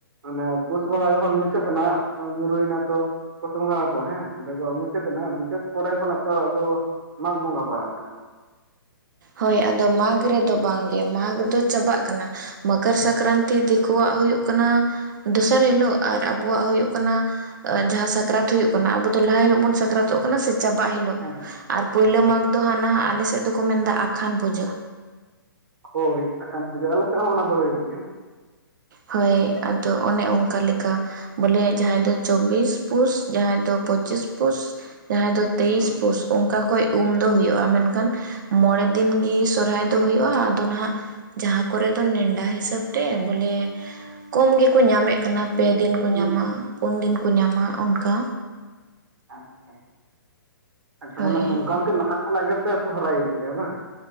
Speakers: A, on the right; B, on the right.
A: ᱚᱱᱮ ᱯᱩᱥ ᱵᱚᱸᱜᱟ ᱡᱚᱠᱷᱚᱱ ᱢᱩᱪᱟᱹᱫ ᱮᱱᱟ, ᱧᱩᱨᱩᱭᱮᱱᱟ ᱛᱚ ᱯᱩᱥ ᱵᱚᱸᱜᱟ ᱜᱮᱛᱚ ᱦᱮᱸ ᱚᱸᱰᱮ ᱫᱚ ᱢᱩᱪᱟᱹᱫ ᱮᱱᱟ ᱢᱩᱪᱟᱹᱫ ᱯᱚᱨᱮ ᱠᱷᱚᱱᱟᱜ ᱛᱚ ᱟᱫᱚ ᱢᱟᱜᱽ ᱵᱚᱸᱜᱟ ᱯᱟᱲᱟᱜ ᱠᱟᱱᱟ᱾
B: ᱦᱳᱭ ᱟᱫᱚ ᱢᱟᱜᱽ ᱨᱮᱫᱚ ᱵᱟᱝᱜᱮ, ᱢᱟᱜᱽ ᱫᱚ ᱪᱟᱵᱟᱜ ᱠᱟᱱᱟ᱾ ᱢᱚᱠᱚᱨ ᱥᱟᱠᱨᱟᱱᱛᱤ ᱫᱤᱠᱩᱣᱟᱜ ᱦᱩᱭᱩᱜ ᱠᱟᱱᱟ ᱫᱚᱥᱟᱨ ᱦᱤᱞᱳᱜ ᱟᱨ ᱟᱵᱚᱣᱟᱜ ᱦᱩᱭᱩᱜ ᱠᱟᱱᱟ ᱡᱟᱦᱟᱸ ᱥᱟᱠᱨᱟᱛ ᱦᱩᱭᱩᱜ ᱠᱟᱱᱟ ᱟᱵᱚ ᱫᱚ ᱞᱟᱦᱟ ᱦᱤᱞᱳᱜ ᱵᱚᱱ ᱥᱟᱠᱨᱟᱛᱚᱜ ᱠᱟᱱᱟ ᱥᱮ ᱪᱟᱵᱟ ᱦᱤᱞ ᱦᱤᱞᱳᱜ
A: ᱦᱮᱸ
B: ᱟᱨ ᱯᱳᱭᱞᱳ
A: ᱦᱮᱸ ᱦᱮᱸ
B: ᱢᱟᱜᱽ ᱫᱚ ᱦᱟᱸᱜ ᱱᱟᱦᱟᱜ ᱟᱞᱮ ᱥᱮᱫ ᱫᱚᱠᱚ ᱢᱮᱱ ᱫᱟ ᱟᱠᱷᱟᱱ ᱯᱩᱡᱟᱹ᱾
A: ᱦᱳᱭ ᱟᱠᱷᱟᱱ ᱯᱩᱡᱟᱹ ᱟᱞᱮ ᱥᱮᱫ ᱦᱚᱸ ᱚᱱᱟ ᱫᱚ ᱦᱩᱭᱩᱜ ᱜᱮᱭᱟ᱾
B: ᱦᱳᱭ ᱟᱫᱚ ᱚᱱᱮ ᱚᱝᱠᱟ ᱞᱮᱠᱟ, ᱵᱚᱞᱮ ᱡᱟᱦᱟᱸᱭ ᱫᱚ ᱪᱚᱵᱵᱤᱥ ᱯᱩᱥ ᱡᱟᱦᱟᱸᱭ ᱫᱚ ᱯᱚᱸᱪᱤᱥ ᱯᱩᱥ ᱡᱟᱦᱟᱸᱭ ᱫᱚ ᱛᱮᱭᱤᱥ
A: ᱦᱩᱸ
B: ᱯᱩᱥ ᱚᱱᱠᱟ ᱠᱷᱚᱡᱽ ᱩᱢ ᱫᱚ ᱦᱩᱭᱩᱜᱼᱟ᱾ ᱢᱮᱱᱠᱷᱟᱱ ᱢᱚᱬᱮ ᱫᱤᱱ ᱜᱮ ᱥᱚᱨᱦᱟᱭ ᱫᱚ ᱦᱩᱭᱩᱜᱼᱟ, ᱟᱫᱚ ᱱᱟᱦᱟᱜ ᱡᱟᱦᱟᱸ ᱠᱚᱨᱮ ᱫᱚ ᱱᱮᱰᱟ ᱦᱤᱥᱟᱹᱵ ᱛᱮ ᱵᱚᱞᱮ ᱠᱚᱢ ᱜᱮᱠᱚ ᱧᱟᱢᱮᱜ ᱠᱟᱱᱟ ᱯᱮ ᱫᱤᱱ ᱠᱚ
A: ᱦᱩᱸ
B: ᱧᱟᱢᱟ
A: ᱦᱩᱸ
B: ᱯᱩᱱ ᱫᱤᱱ ᱠᱚ ᱧᱟᱢᱟ ᱚᱱᱠᱟ᱾
A: ᱟᱪᱪᱷᱟ, ᱮᱱᱠᱷᱟᱱ
B: ᱦᱳᱭ
A: ᱢᱟᱱᱮ ᱥᱚᱝᱠᱟᱱᱛᱤ ᱞᱟᱦᱟ ᱠᱷᱚᱱᱟᱜ ᱜᱮᱯᱮ ᱥᱚᱦᱚᱨᱟᱭ ᱤᱫᱤᱜᱼᱟ ᱵᱟᱝ,